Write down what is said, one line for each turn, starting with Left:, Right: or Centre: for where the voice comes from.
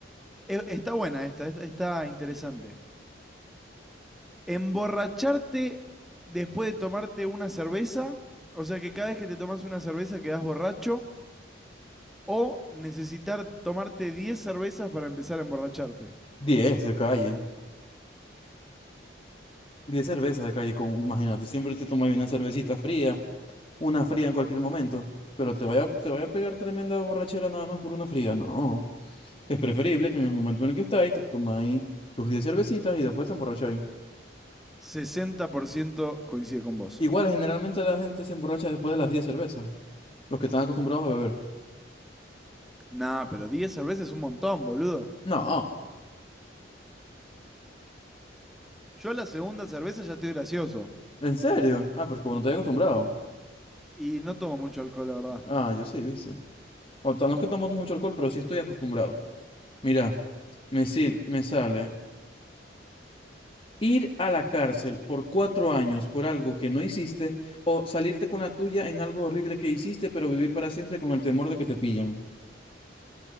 Centre: E- está buena esta, esta- está interesante. Emborracharte después de tomarte una cerveza, o sea que cada vez que te tomas una cerveza quedas borracho, o necesitar tomarte 10 cervezas para empezar a emborracharte.
Left: diez de calle. 10 cervezas de calle, con, imagínate, siempre te tomas una cervecita fría, una fría en cualquier momento, pero te vaya, te vaya a pegar tremenda borrachera nada más por una fría, no. Es preferible que en el momento en el que estáis, te tomáis tus 10 cervecitas y después te emborracháis.
Centre: 60% coincide con vos.
Left: Igual, generalmente la gente se emborracha después de las 10 cervezas, los que están acostumbrados a beber.
Centre: Nah, pero 10 cervezas es un montón, boludo.
Left: No,
Centre: Yo a la segunda cerveza ya estoy gracioso.
Left: ¿en serio? Ah, pero es que bueno no te acostumbrado.
Centre: Y no tomo mucho alcohol, la verdad.
Left: Ah, yo sí, viste. O sea, no es que tomo mucho alcohol, pero sí estoy acostumbrado. Mira, me, sil- me sale Ir a la cárcel por cuatro años por algo que no hiciste o salirte con la tuya en algo horrible que hiciste, pero vivir para siempre con el temor de que te pillan.